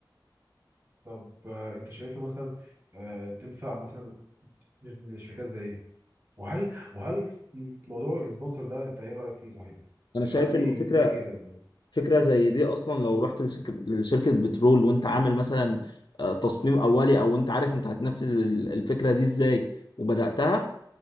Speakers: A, on the right; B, on the left.
A: طب آه، انت شايفها مثلا آه، تنفع مثلا لشركات زي ايه وهل وهل موضوع السبونسر ده انت ايه رأيك فيه صحيح
B: انا شايف
A: حد يجي
B: ان الفكره
A: يجي ده يعني
B: فكرة زي دي أصلا لو رحت لشك- لشركة بترول وأنت عامل مثلا آه، تصميم أولي أو أنت عارف أنت هتنفذ ال- الفكرة دي إزاي وبدأتها